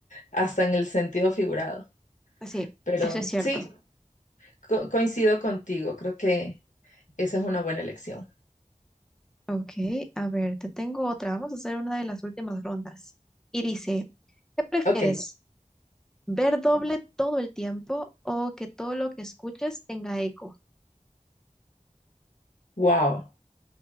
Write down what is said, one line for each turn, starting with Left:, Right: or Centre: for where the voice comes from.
Left: hasta en el sentido figurado.
Centre: Pues Sí,
Left: Pero
Centre: eso es cierto.
Left: sí, co- coincido contigo, creo que esa es una buena elección.
Centre: Ok, a ver, te tengo otra. Vamos a hacer una de las últimas rondas. Y dice, ¿qué prefieres?
Left: Ok,
Centre: ¿Ver doble todo el tiempo o que todo lo que escuches tenga eco?
Left: wow.